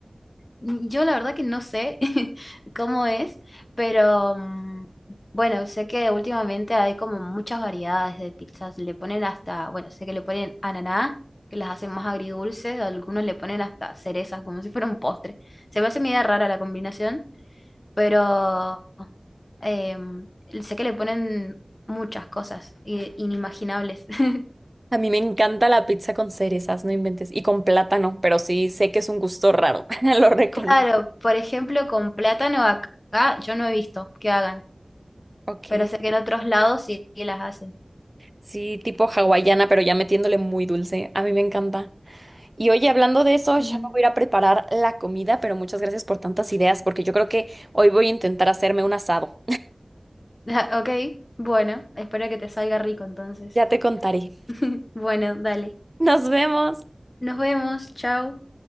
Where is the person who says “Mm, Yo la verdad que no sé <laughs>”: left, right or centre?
Left